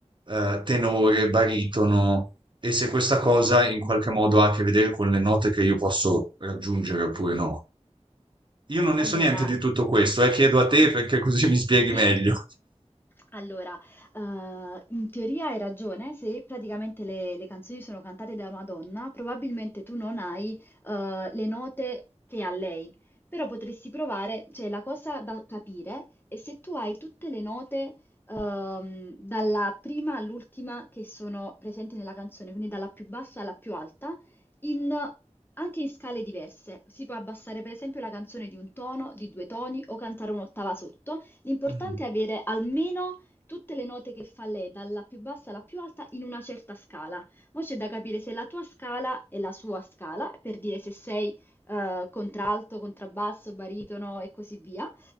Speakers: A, on the right; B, on the left.
A: eh, tenore, baritono. E se questa cosa in qualche modo ha a che vedere con le note che io posso raggiungere oppure no. Io non ne
B: allora,
A: so niente di tutto questo, eh, chiedo a te perché <laughs> così mi spieghi
B: sì,
A: meglio.
B: Allora, ehm, in teoria hai ragione, se praticamente le le canzoni sono cantate da una donna, probabilmente tu non hai, ehm, le note che ha lei, però potresti provare cioè la cosa da capire è se tu hai tutte le note, ehm, dalla prima all'ultima che sono presenti nella canzone, quindi dalla più bassa alla più alta, in anche in scale diverse. Si può abbassare per esempio la canzone di un tono, di 2 toni o cantare un'ottava sotto L'importante
A: Mm,
B: è avere almeno tutte le note che fa lei, dalla più bassa alla più alta, in una certa scala. Mo' c'è da capire se la tua scala è la sua scala, per dire se sei eh, contralto, contrabbasso, baritono e così via,